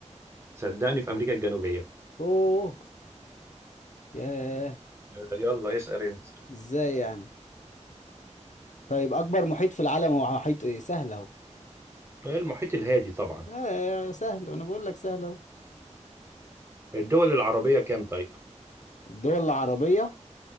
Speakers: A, on the right; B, on the left.
A: صدقني في أمريكا الجنوبية
B: أوه ياه
A: آه، يلا اسأل أنت
B: إزاي يعني طيب أكبر محيط في العالم هو محيط إيه سهل أهو
A: المحيط الهادي طبعا
B: آه سهل أنا بقول لك سهل أهو
A: الدول العربية كام طيب؟
B: الدول العربية